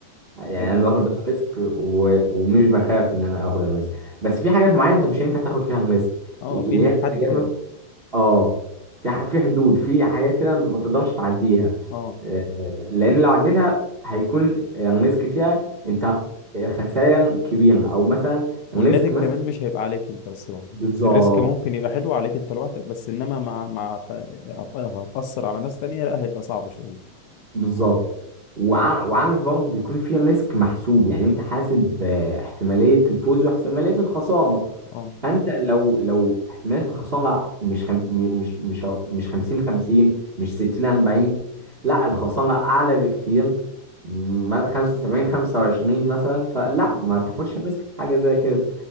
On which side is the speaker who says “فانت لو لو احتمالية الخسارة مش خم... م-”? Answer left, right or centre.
Right